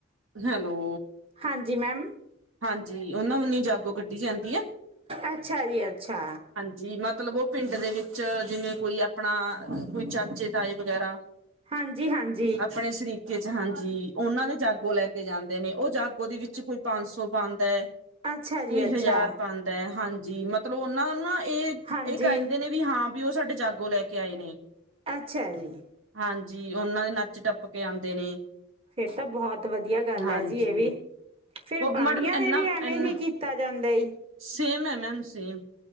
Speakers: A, on the right; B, on the right.
A: ਹੈਲੋ।
B: ਹਾਂਜੀ ਮੈਮ
A: ਹਾਂਜੀ ਉਹਨਾ ਵ ਨੂੰ ਜਾਗੋ ਕੱਢੀ ਜਾਂਦੀ ਹੈ।
B: ਅੱਛਾ ਜੀ ਅੱਛਾ।
A: ਜੀ ਮਤਲਬ ਉਹ ਪਿੰਡ ਦੇ ਵਿੱਚ ਜਿਵੇਂ ਕੋਈ ਆਪਣਾ ਕੋਈ ਚਾਚੇ ਤਾਏ ਵਗੈਰਾ।
B: ਹਾਂਜੀ ਹਾਂਜੀ।
A: ਆਪਣੇ ਸਰੀਕ ਚ ਹਾਂਜੀ ਉਹਨਾਂ ਦੇ ਜਾਗੋ ਲੈ ਕੇ ਜਾਂਦੇ ਨੇ ਉਹ ਜਾਗੋ ਦੇ ਵਿੱਚ ਕੋਈ ਪੰਜ ਸੌ ਬੰਦ ਹੈ।
B: ਅੱਛਾ ਜੀ
A: ਕੋਈ
B: ਅੱਛਾ
A: ਹਜ਼ਾਰ ਬੰਦ ਹੈ ਹਾਂਜੀ ਮਤਲਬ ਉਹਨਾਂ ਨੂੰ ਨਾ ਇਹ
B: ਹਾਂਜੀ
A: ਇਹ ਕਹਿੰਦੇ ਨੇ ਵੀ ਹਾਂ ਬ ਉਹ ਸਾਡੇ ਜਾਗੋ ਲੈ ਕੇ ਆਏ ਨੇ।
B: ਅੱਛਾ ਜੀ
A: ਹਾਂਜੀ ਉਹਨਾਂ ਦੇ ਨੱਚ ਟੱਪ ਕੇ ਆਉਂਦੇ ਨੇ।
B: ਫੇਰ ਤਾਂ ਬਹੁਤ ਵਧੀਆ ਗੱਲ
A: ਹਾਂਜੀ
B: ਹੈ ਜੀ ਇਹ ਵੀ ਫੇਰ
A: ਉਹ
B: ਬਾਣੀਆਂ
A: ਮੈਡਮ ਇਨਾ
B: ਦੇ ਵੀ ਐਵੇਂ
A: ਇਨਾ
B: ਹੀ। ਕੀਤਾ ਜਾਂਦਾ ਏ।
A: ਸੇਮ ਹੈ ਮੈਮ ਸੇਮ।